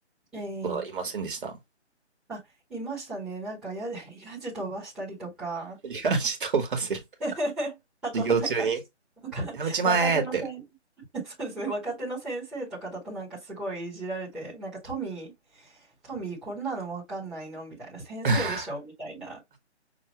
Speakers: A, in the centre; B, on the right (about 45°).
A: ええ
B: はいませんでした
A: あ、いましたね。なんかや、<laughs> やじ飛ばしたりとか、
B: いや、ち飛ばせる。<laughs>
A: <laughs> あとなんか、
B: 授業中に
A: 若、
B: やめちまえって。
A: 若手の先、<laughs> そうですね、若手の先生とかだとなんかすごいいじられて、なんかトミー、トミーこんなのわかんないのみたいな、先生でしょみたいな、
B: <laughs>